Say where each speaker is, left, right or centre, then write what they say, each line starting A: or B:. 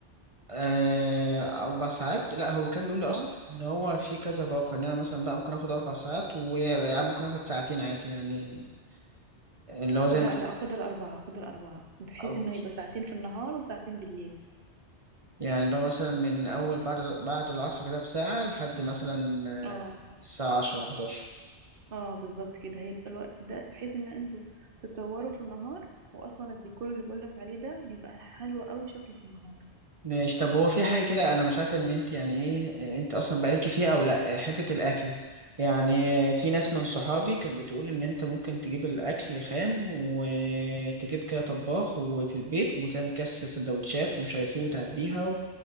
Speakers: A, on the right (about 35°); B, on the right (about 55°).
A: آه، أربع ساعات لا هو كان بيقول لي
B: اه
A: أصلا إن هو في كذا باقة إن أنا مثلا بقى ممكن آخد أربع ساعات وممكن آخد ساعتين عادي يعني اللي هو زي
B: لا لا خد الأربعة خد الأربعة بحيث
A: ما
B: إنه يبقى ساعتين في النهار وساعتين بالليل
A: يعني لو مثلا من أول بعد بعد العصر كده بساعة لحد مثلا
B: اه
A: آه، الساعة عشرة 11
B: اه بالظبط كده هيبقى الوقت ده بحيث إن انتوا تتصوروا في النهار وأصلا الديكور اللي بقولك عليه ده بيبقى حلو قوي شكله في النهار
A: ماشي طب هو في حاجة كده أنا مش عارف إن أنت يعني إيه أنت أصلا بقالك فيها أو لأ حتة الأكل يعني في ناس من صحابي كانت بتقول إن أنت ممكن تجيب الأكل خام وتجيب كده طباخ وفي البيت وتعمل كاس سندوتشات ومش عارف إيه وتعبيها و...